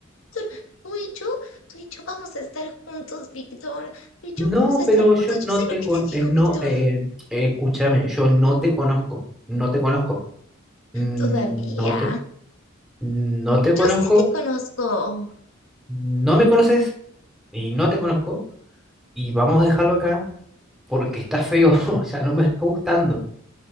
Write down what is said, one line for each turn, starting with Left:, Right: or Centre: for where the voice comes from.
Left: Víctor, tú y yo, tú y yo vamos a estar juntos, Víctor. Tú y
Centre: No,
Left: yo vamos a
Centre: pero
Left: estar juntos.
Centre: yo no
Left: Yo sé
Centre: te
Left: lo
Centre: con,
Left: que te dijo,
Centre: eh, no,
Left: Víctor.
Centre: eh, eh, escúchame, yo no te conozco, no te conozco, Mm,
Left: Todavía.
Centre: no te, no te conozco,
Left: Yo sí te conozco.
Centre: no me conoces y no te conozco y vamos a dejarlo acá porque está feo, <laughs> o sea, no me está gustando.